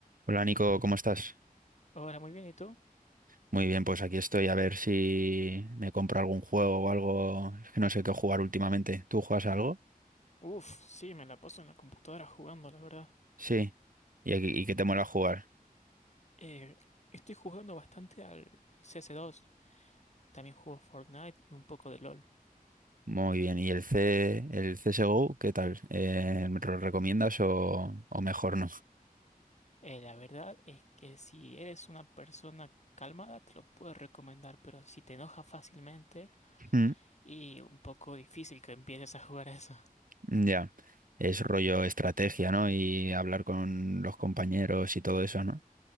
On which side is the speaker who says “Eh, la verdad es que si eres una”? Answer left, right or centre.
Left